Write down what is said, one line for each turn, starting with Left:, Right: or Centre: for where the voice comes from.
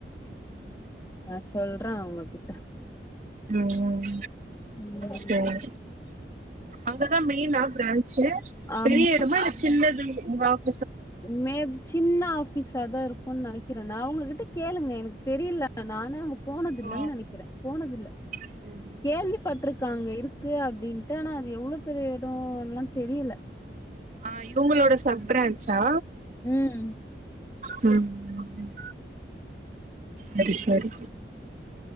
Right: உம்
Left: ஆஹ் சொல்றேன் உங்ககிட்ட
Right: உம்
Left: ம்
Right: சரி அங்கதான் மெய்னா பிர
Left: ஆம்
Right: பெரிய இடமா இ சின்னது உங்க ஆஃப்
Left: மே சின்ன ஆபிஸா தான் இருக்கு ன் நினைக்கிறேன் நான் அவங்ககிட்ட கேளுங்க எனக்கு தெரியல நானு போனதில்லைன்னு
Right: ஓ
Left: நினைக்கிறேன் போனதில்ல
Right: சரி.
Left: கேள்விப்பட்டிருக்காங்க இரு இருக்கு அப்படின்ட்டு ஆனா அது எவ்ள பெரிய இடன்லா தெரியல
Right: ஆஹ் இவங்களோட சப் பிரான்ச்சா
Left: உம்
Right: உம் சரி சரி